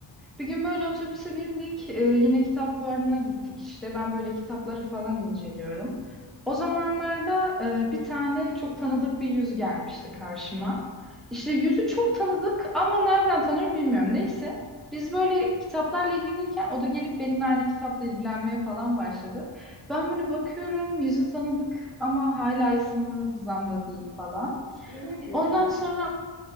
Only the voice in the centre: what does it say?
Bir gün böyle otobüse bindik. e, yine kitap fuarına gittik işte. Ben böyle kitapları falan inceliyorum. O zamanlarda e, bir tane çok tanıdık bir yüz gelmişti karşıma. İşte yüzü çok tanıdık ama nereden tanıyorum bilmiyorum. Neyse. Biz böyle kitaplarla ilgilenirken o da gelip benimle aynı kitapla ilgilenmeye falan başladı. Ben böyle bakıyorum yüzü tanıdık ama hala isim hafızamda değil falan.
Ondan
sonra